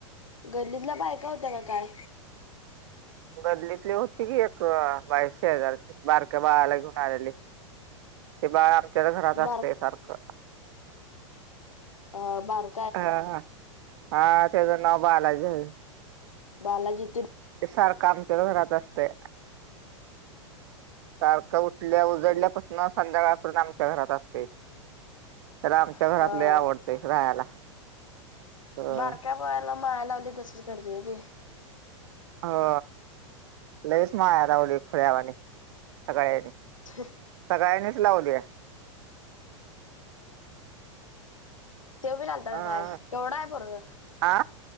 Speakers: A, on the left; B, on the right.
A: गल्लीतल्या बायका होत्या का काय?
B: गल्लीतली होती की एक बाय शेजारची. बारक्या बाळाला घेऊन आलेली. ते बाळ आमच्याच घरात
A: बार
B: असतय सारखं.
A: अ बार
B: हा हा. हा त्याच नाव बालाजी हाये.
A: बालााजी?
B: ते सारखं आमच्या घरात असतय. सारखं उठ ल्या उजडल्यापासून संध्याकाळपर्यंत आमच्या घरात असतय. आम च्या घरात
A: हा
B: लय आवडतय राहायला. होय
A: बारक्या <unintelligible> माया लावली तसच करते हो ती.
B: हो लईच माया लावली खुळ्यावाणी सगळ्यांनी.
A: <inaudible>
B: सगळ्यांनीच लावलीया.
A: तेव बी लालता
B: आ
A: का काय? केवढा आहे पोरग?
B: आ